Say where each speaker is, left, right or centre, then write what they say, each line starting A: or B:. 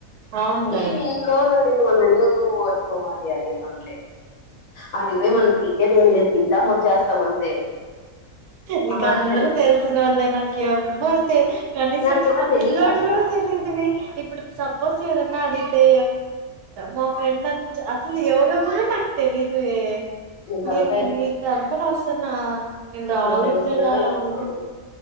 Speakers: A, on the right; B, on the left.
A: అవునులే
B: ఏమి ఎన్ని రోజులు ఉన్నది మనం ఎందుకు పోగట్టుకోవాలి అనేసి అంతే అడికి పోయి మనం పీకేది ఏం లేదు తింటాము వచ్చేస్తాం అంతే
A: నీక
B: మహా అంటే
A: అందరూ
B: రెండు
A: తెలిసినోళ్ళే నాకు ఎవ్వరు తే కనీసం
B: నాకెవరు
A: ఆ
B: తెలీదు
A: పిల్ల్లోడు
B: ఆశ
A: కూడా తెలిదువె ఇప్పుడు సపోజ్ ఎవరన్న అడి తె మా ఫ్రెండ్ అనీ అసలు ఎవరో కూడా నాకు తెలీదు వే
B: నీ తలకాయలే
A: నేను నీ తరపున వస్తన్నా రాలెన్
B: నా కోసం
A: లే నాగు
B: ఎవరు రావు స్వామి